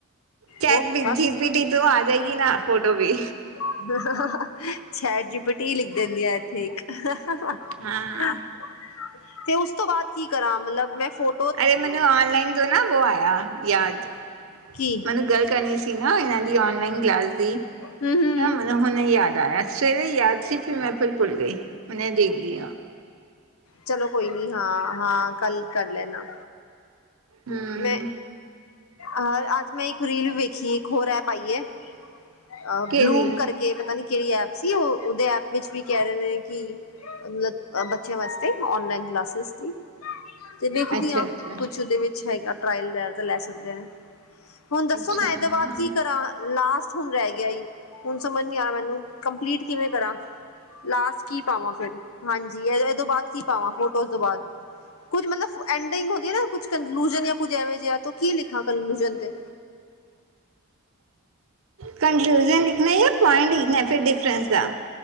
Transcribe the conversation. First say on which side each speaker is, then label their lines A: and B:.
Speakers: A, on the right (about 70°); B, on the left (about 70°).
A: ਚੈਟ
B: ਹੋਰ ਬਸ
A: ਜੀ- ਪੀ -ਟੀ ਤੋਂ ਆ ਜੇਗੀ ਨਾ, ਫੋਟੋ ਵੀ
B: ਚੈਟ ਜੀ- ਪੀ -ਟੀ, ਈ ਲਿਖ ਦੇਂਦੀ ਆ ਏਥੇ ਇੱਕ
A: ਹਾਂ
B: ਤੇ ਓਸ ਤੋਂ ਬਾਦ ਕੀ ਕਰਾਂ, ਮਤਲਬ ਮੈਂ ਫੋ
A: ਅਰੇ, ਮੈਨੂੰ ਓਨਲਾਈਨ ਤੋ ਨਾ ਵੋ ਆਏਆ ਯਾਦ।
B: ਕੀ?
A: ਮੈਨੂੰ ਗੱਲ ਕਰਨੀ ਸੀ ਨਾ, ਇਨਾਂ ਦੀ ਓਨਲਾਈਨ ਕਲਾਸ ਦੀ,
B: ਹੂੰ ਹੂੰ
A: ਨਾ ਮੈਨੂੰ ਹੁਨ ਯਾਦ ਆਏਆ। ਸਵੇਰੇ ਯਾਦ ਸੀ, ਫਿਰ ਮੈਂ ਫਿਰ ਭੁੱਲ ਗਈ ਮੈਨੇ ਦੇਖ ਲੇਆ
B: ਚਲੋ ਕੋਈ ਨੀ, ਹਾਂ-ਹਾਂ ਕੱਲ ਕਰ ਲੈਨਾ।
A: ਹਮ
B: ਮੈਂ ਅਹ, ਅੱਜ ਮੈਂ ਇੱਕ ਰੀਲ ਵੀ ਵੇਖੀ, ਇੱਕ ਹੋਰ ਐਪ ਆਈ ਐ, ਅ
A: ਕਿਹਦੀ
B: ਬਲੂਮ ਕਰਕੇ ਕੇ ਪਤਾ ਨੀ ਕੇਹੜੀ ਐਪ ਸੀ ਓ, ਓਦੇ ਐਪ ਵਿੱਚ ਵੀ ਕੇਹ ਰਏ ਨੇ ਕਿ ਮਤਲਬ ਬੱਚੇਆਂ ਵਾਸਤੇ, ਓਨਲਾਈਨ ਕਲਾਸੇਸ ਦੀ। ਤੇ ਵੇਖਦੀ
A: ਅੱਛਾ
B: ਆਂ,
A: ਅੱਛਾ
B: ਕੁਛ ਓਦੇ ਵਿੱਚ ਹੈਗਾ ਟਰਾਏਲ ਵਗੈਰਾ ਤਾਂ ਲੈ ਸਕਦੇ ਹੁਨ ਦੱਸੋ
A: ਅੱਛਾ
B: ਮੈੰ ਏਦੇ
A: ਹਾਂ
B: ਬਾਦ ਕੀ ਕਰਾਂ। ਲਾਸਟ ਹੁਣ ਰੈਹ ਗੇਆ ਏਈ, ਹੁਣ ਸਮਝ ਨੀ ਆ ਰੇਆ ਮੈਨੂੰ ਕੰਪਲੀਟ ਕਿਵੇਂ ਕਰਾਂ? ਲਾਸਟ ਕੀ ਪਾਵਾਂ, ਫੇਰ ਹਾਂਜੀ ਏ ਤੋਂ ਬਾਦ ਕੀ ਪਾਵਾਂ। ਫੋਟੋਜ਼ ਤੋਂ ਬਾਦ ਕੁਝ ਮਤਲਬ ਐੰਡਿੰਗ ਹੋਂਦੀ ਐ ਨਾ, ਕੁਝ ਕੰਕਲੂਜਨ ਜਾਂ ਕੁਝ ਐਂਵੇ ਜੇਆ ਤੋ ਕੀ ਲਿਖਾਂ ਕੰਕਲੂਜਨ ਤੇ
A: ਕਨਕਲੂਜਨ ਲਿਖਨੈ ਜਾਂ ਪੁਆਏਂਟ ਲਿਖਨਾ ਫਿਰ ਡਿਫਰੈਂਸ ਦਾ?